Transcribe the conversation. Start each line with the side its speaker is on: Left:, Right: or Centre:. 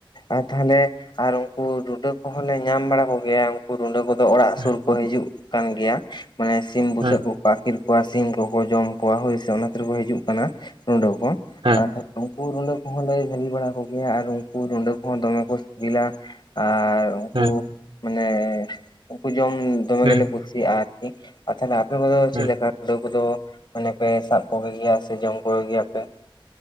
Left: ᱟᱨ ᱛᱟᱦᱞᱮ ᱟᱨ ᱩᱱᱠᱩ ᱨᱩᱸᱰᱟᱹ ᱠᱚᱦᱚᱸ ᱞᱮ ᱧᱟᱢ ᱵᱟᱲᱟ ᱠᱚ ᱜᱮᱭᱟ ᱩᱱᱠᱩ ᱨᱩᱰᱟᱹ ᱠᱚᱫᱚ ᱚᱲᱟᱜ
Right: ᱦᱮᱸ
Left: ᱥᱩᱨ ᱠᱚ ᱦᱤᱡᱩᱜ ᱠᱟᱱ ᱜᱮᱭᱟ ᱢᱟᱱᱮ ᱥᱤᱢ ᱵᱩᱥᱟᱹᱜ
Right: ᱦᱮᱸ
Left: ᱠᱚ ᱟᱠᱤᱨ ᱠᱚᱣᱟ ᱥᱤᱢ ᱠᱚᱠᱚ ᱡᱚᱢ ᱠᱚᱣᱟ ᱦᱳᱭ ᱥᱮ ᱚᱱᱟ ᱠᱷᱟᱹᱛᱤᱨ ᱠᱚ ᱦᱤᱡᱩᱜ ᱠᱟᱱᱟ ᱨᱩᱰᱟᱹ ᱠᱚ
Right: ᱦᱮᱸ
Left: ᱟᱫᱚ ᱛᱟᱦᱚᱞᱮ ᱩᱱᱠᱩ ᱨᱩᱸᱰᱟᱹ ᱠᱚᱦᱚᱸ ᱞᱮ ᱡᱷᱟᱞᱤ ᱵᱟᱲᱟ ᱠᱚᱜᱮᱭᱟ ᱟᱨ ᱩᱱᱠᱩ ᱨᱩᱸᱰᱟᱹ ᱠᱚᱦᱚᱸ ᱫᱚᱢᱮ ᱠᱚ ᱥᱤᱵᱤᱞᱟ ᱟᱨ ᱩᱱᱠᱩ
Right: ᱦᱮᱸ
Left: ᱢᱟᱱᱮ ᱩᱱᱠᱩ ᱡᱚᱢ ᱫᱚᱢᱮ
Right: ᱦᱮᱸ
Left: ᱜᱮᱞᱮ ᱠᱩᱥᱤᱭᱟᱜ-ᱟ ᱟᱨᱠᱤ ᱟᱨ ᱛᱟᱦᱚᱞᱮ ᱟᱯᱮ ᱠᱚᱫᱚ
Right: ᱦᱮᱸ
Left: ᱪᱮᱫ ᱞᱮᱠᱟ ᱨᱩᱸᱰᱟᱹ ᱠᱚᱫᱚ ᱢᱟᱱᱮ ᱯᱮ ᱥᱟᱵ ᱠᱚᱜᱮ ᱜᱮᱭᱟ ᱥᱮ ᱡᱚᱢ ᱠᱚᱜᱮ ᱜᱮᱭᱟ ᱯᱮ